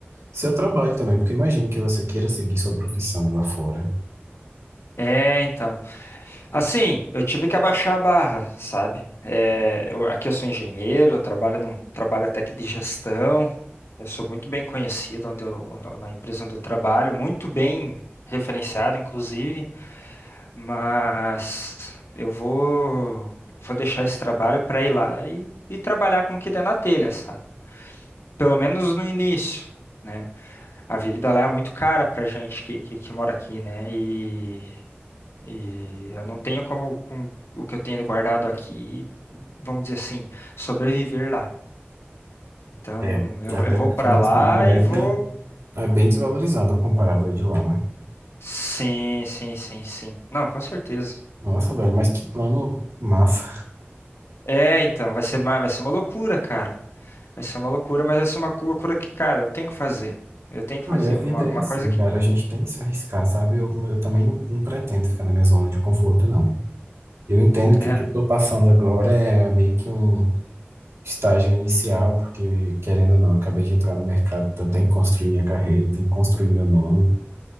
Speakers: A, on the right; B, on the left.
A: Seu trabalho também, porque imagino que você queira seguir sua profissão lá fora.
B: É, então. Assim, eu tive que abaixar a barra, sabe? É, eu- aqui eu sou engenheiro, eu trabalho num trabalho até que de gestão. Eu sou muito bem conhecido onde eu, na empresa onde eu trabalho, muito bem referenciado, inclusive. Mas eu vou, vou deixar esse trabalho para ir lá e, e trabalhar com o que der na telha, sabe? Pelo menos no início, né? A vida lá é muito cara pra gente que, que, que mora aqui, né? E, e eu não tenho como, com o que eu tenho guardado aqui, vamos dizer assim, sobreviver lá. Então,
A: É.
B: eu,
A: Até
B: vou- eu vou
A: porque
B: pra
A: nossa
B: lá
A: moeda
B: e vou.
A: é bem desvalorizada comparado à de lá, né?
B: Sim, sim, sim, sim. Não, com certeza.
A: Nossa, velho, mas que plano massa.
B: É, então, vai ser, ma- vai ser uma loucura, cara. Vai ser uma loucura, mas vai ser uma cu- loucura que, cara, eu tenho que fazer. Eu tenho que
A: Não,
B: fazer.
A: e a vida
B: É uma, uma
A: é assim,
B: coisa que.
A: cara, a gente tem que se arriscar, sabe? Eu, eu também não, não pretendo ficar na minha zona de conforto, não. Eu entendo que
B: É.
A: o que eu tô passando agora é meio que um estágio inicial, porque, querendo ou não, eu acabei de entrar no mercado, então eu tenho que construir minha carreira, eu tenho que construir meu nome.